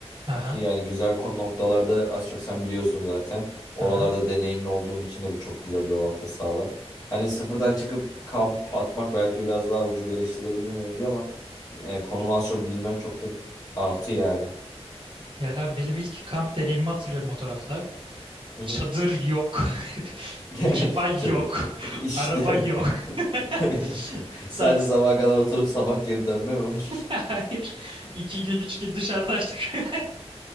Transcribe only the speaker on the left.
Ki yani güzel kon- noktalarda az çok sen biliyorsun zaten. Oralarda
deneyimli olduğun için de bu çok güzel bir avantaj sağlar. Hani sıfırdan çıkıp kamp atmak belki biraz daha ucubeleştirebilir mevzuyu ama e, konumu az çok bilmen çok da artı yani.
Hı hı.
<laughs>
Çadır.
İşte.
<laughs> Sadece
sabaha kadar oturup sabah geri dönme mi var?